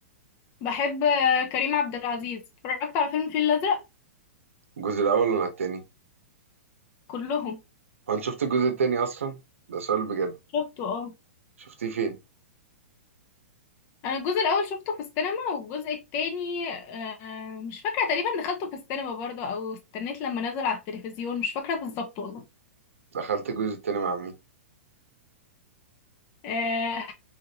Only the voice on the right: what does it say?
الجزء الأول ولا التاني
هو أنت شفت الجزء التاني أصلا ده سؤال بجد
شفتيه فين
دخلت الجزء التاني مع مين